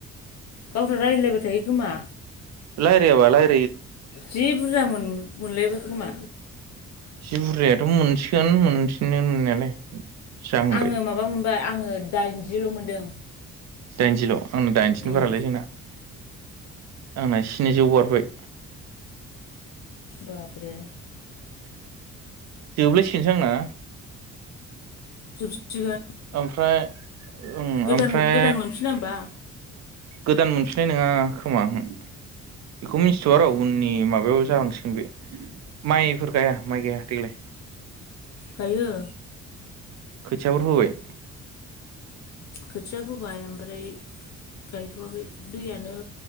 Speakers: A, on the left; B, on the right.
A: गावस्रा रायलायबाय थायो खोमा
B: लायरायाबा लाय
A: जि बुरजा मोन मोनलायबाय खोमा
B: जि बुरजायाथ' मोनसि गोन मोनथिगोन मोननायालाय जाहांबाय।
A: आङो माबा मोनबाय आङो दाइनजिल' मोनदों
B: दाइनजिल' आंना दाइनजिनि
A: उम
B: बारालै जोंना आंना स्निजौ बारबाय
A: बाब्रे
B: जोबलायसिगोनसो आंना
A: जोबसिगोन
B: ओमफ्राय ओं
A: गोदान
B: ओमफ्राय
A: गोदान मोनफिना होमबा?
B: गोदान मोनफिननाय नङा खोमा उहोम बेखौ मिथिथ'आ र' उननि माबायाव जालांसिगोन बे माइफोर गाया माइ गाया देग्लाय?
A: गायो
B: खोथियाफोर फोबाय?
A: खोथियाफोबाय ओमफ्राय गायथ'वाखै दैयानो